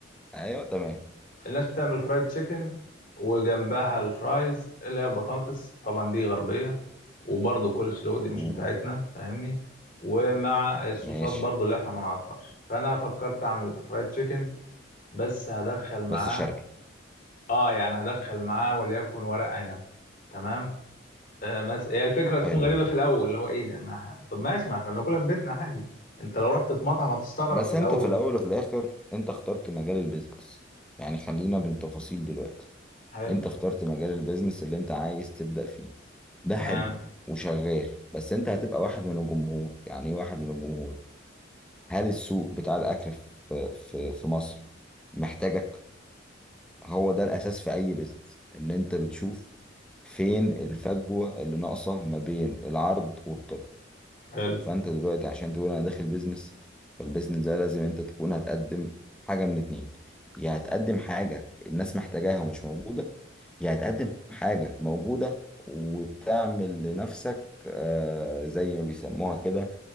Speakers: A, in the centre; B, on the left (about 45°).
A: ايوه تمام
B: الناس بتعمل فرايد تشيكن وجنبها الفرايز اللي هي البطاطس طبعا دي غربية وبرضه كول سلو دي مش
A: مم،
B: بتاعتنا فاهمني ومع الصوصات
A: ماشي
B: برضه اللي احنا ما نعرفهاش فانا فكرت اعمل فرايد تشيكن بس هدخل معاه
A: بس شرقي
B: اه يعني هدخل معاه وليكن ورق عنب تمام آه مس... هي الفكرة تكون
A: حلو
B: غريبة
A: ده
B: في الاول اللي هو ايه ده ما... طب ماشي ما احنا بناكلها في بيتنا عادي انت لو رحت في مطعم هتستغرب
A: بس
B: في الاول
A: انت في الاول وفي الاخر انت اخترت مجال البيزنس يعني خلينا بالتفاصيل دلوقتي
B: حلو
A: انت اخترت مجال البيزنس اللي انت عايز تبدأ فيه ده
B: تمام
A: حلو وشغال بس انت هتبقى واحد من الجمهور يعني ايه واحد من الجمهور هل السوق بتاع الاكل في في في مصر محتاجك هو ده الاساس في اي بيزنس ان انت بتشوف فين الفجوة اللي ناقصة ما بين العرض والطلب
B: حلو
A: فانت دلوقتي عشان تقول انا داخل بيزنس فالبيزنس ده لازم انت تكون هتقدم حاجة من اتنين يا هتقدم حاجة الناس محتاجاها ومش موجودة يعني تقدم حاجة موجودة وتعمل لنفسك آه زي ما بيسموها كده